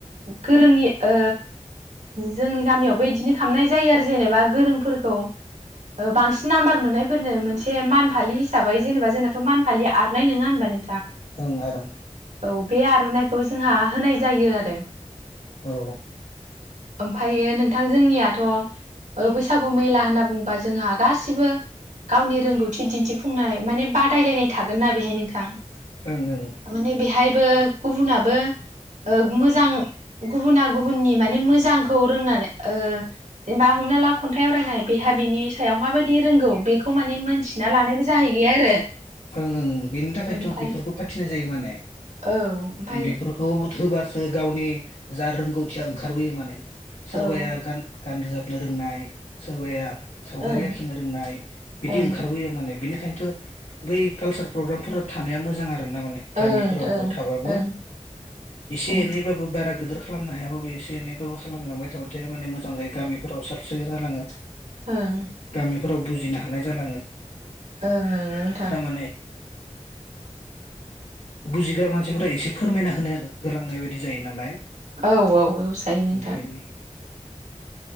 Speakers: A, on the right; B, on the left.
A: गोरोंनि ओ जोंनि गामियावबो इदिनो खालामनाय जायो आरो जेनेबा गोरोंफोरखौ ओ बांसिन नाम्बार मोननायफोरनो मोनसे मान फालि हिसाबै जेनेबा जोंना थ' मान फालि आरनाय नङा होनबा नों
B: ओं आरनाइ
A: औ बे आर'नाइखौ जोंहा होनाय जायो आरो
B: औ
A: ओमफायो नोंथां जोंनियाथ' ओ बैसागु मेला होनना बुंबा जोंहा गासिबो गावनि रोंगौथि दिन्थिफुंनाय माने बा दायलायनाय थागोनना बेहाय नों थां थारमाने
B: ओं ओं
A: बेहायबो गुबुनाबो ओ मोजां गुबुना गुबुननि माने मोजांखौ रोंना बे ओ जेनबा हमना ला खन्थाइ आवरायनाय बेहा बिनि सायाव माबायदि रोंगौ बेखौ माने मोनथिना लानायबो जाहैयो आरो
B: ओं ओं बेनि थाखायथ'
A: ओमफ्राय
B: बेफोरखौ फाथिनाय जायो माने
A: औ ओमफाय
B: बेफोरखौ होबासो गावनि जा रोंगौथिया ओंखारबोयो माने सोरबाया
A: औ ओं
B: गान गान रोजाबनो रोंनाय सोरबाया सावगारि
A: ओं
B: आखिनो रोंनाय बिदि
A: ओं
B: ओंखारबोयो माने बिनिख खायनोथ बै कालसार प्रग्रामफोरा थानाया मोजां आरो दोंना माने गामिफोरावबो
A: ओं ओं
B: थाबाबो
A: ओं
B: एसे
A: ओं
B: एनैबाबो बारा गोदोर खालामनो हायाबाबो एसे एनैबाबो खालामलांबाय थाबाथाय माने मोजां जायो गामिफोराव साबसिन जालाङो
A: ओं
B: गामिफोराव बुजिनो हानाय जालाङो
A: ओं नों
B: थामाने बुजिग्रा मानसिफोरा एसे फोरमायना होनो गोलांनाय बायदि जायो नालाय
A: औ औ औ जायो नोंथां
B: ओंखायनो